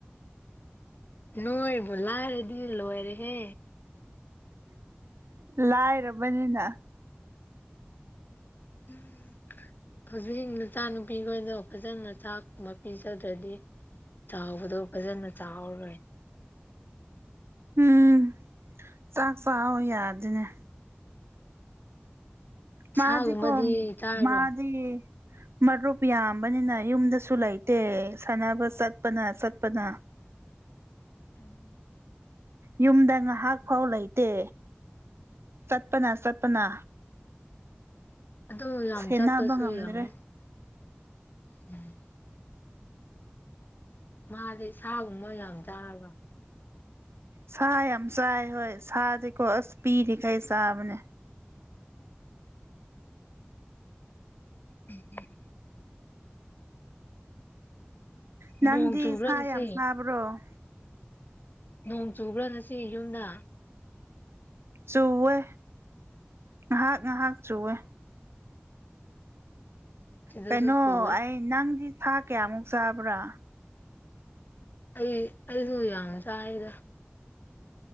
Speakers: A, on the left; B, on the right.
A: ꯅꯣꯏ ꯣꯂꯥꯏꯔꯦꯗꯤ ꯂꯣꯏꯔꯦ ꯍꯦ
B: ꯂꯥꯏꯔꯔꯕꯅꯤꯅ
A: ꯎꯝ ꯍꯧꯖꯤꯛ ꯅꯨꯆꯥ ꯅꯨꯨꯄꯤꯈꯣꯏꯅ ꯐꯖꯅ ꯆꯥꯛꯀꯨꯝꯕ ꯄꯤꯖꯗ꯭ꯔꯗꯤ ꯆꯥꯎꯕꯗꯣ ꯐꯖꯅ ꯆꯥꯎꯥꯔꯣꯏ
B: ꯎꯝ ꯆꯥꯛ ꯆꯥ ꯌꯥꯗꯅꯦ ꯃꯥꯗꯤ
A: ꯁꯥꯒꯨꯝꯕꯗꯤ
B: ꯀꯣ
A: ꯆꯥꯔꯣ
B: ꯃꯥꯗꯤ ꯃꯔꯨꯞ ꯌꯥꯝꯕꯅꯤꯅ ꯌꯨꯝꯗꯁꯨ ꯂꯩꯇꯦ ꯁꯥꯟꯅꯕ ꯆꯠꯄꯅ ꯆꯠꯄꯅ
A: ꯎꯝ
B: ꯌꯨꯝꯗ ꯉꯥꯏꯍꯥꯛꯐꯥꯎ ꯂꯩꯇꯦ ꯆꯠꯄꯅ ꯆꯠꯄꯅ
A: ꯑꯗꯨ ꯌꯥꯝ
B: ꯁꯦꯟꯅꯕ
A: ꯆꯠꯄꯁꯨ
B: ꯉꯝꯗ꯭ꯔꯦ
A: ꯌꯥꯡꯉꯨ ꯎꯝ ꯃꯥꯁꯦ ꯁꯥꯒꯨꯝꯕ ꯌꯥꯝ ꯆꯥꯕ
B: ꯁꯥ ꯌꯥꯝ ꯆꯥꯏ ꯍꯣꯏ ꯁꯥꯗꯤꯀꯣ ꯑꯁ ꯄꯤꯔꯤꯈꯩ ꯆꯥꯕꯅꯦ
A: ꯎꯝ
B: ꯅꯪꯗꯤ
A: ꯅꯣꯡ ꯆꯨꯕ꯭ꯔꯒꯁꯦ
B: ꯁꯥ ꯌꯥꯝ ꯆꯥꯕ꯭ꯔꯣ
A: ꯅꯣꯡ ꯆꯨꯕ꯭ꯔꯥꯅꯁꯤ ꯌꯨꯝꯗ
B: ꯆꯨꯋꯦ ꯉꯥꯏꯍꯥꯛ ꯉꯥꯏꯍꯥꯛ ꯆꯨꯋꯦ
A: ꯁꯤꯗꯁꯨ
B: ꯀꯩꯅꯣ
A: ꯆꯨꯋꯦ
B: ꯑꯩ ꯅꯪꯒꯤ ꯊꯥ ꯀꯌꯥꯃꯨꯛ ꯆꯥꯕ꯭ꯔꯥ
A: ꯑꯩ ꯑꯩꯁꯨ ꯌꯥꯝ ꯆꯥꯏꯗ